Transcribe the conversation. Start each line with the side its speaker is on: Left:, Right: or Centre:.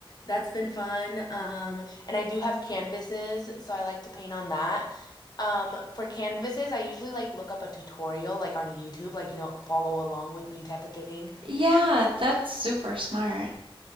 Left: That's been fun. Um, and I do have canvases, so I like to paint on that. Um, for canvases, I usually like look up a tutorial like on YouTube, like you know, follow along with me type of thing.
Right: Yeah, that's super smart.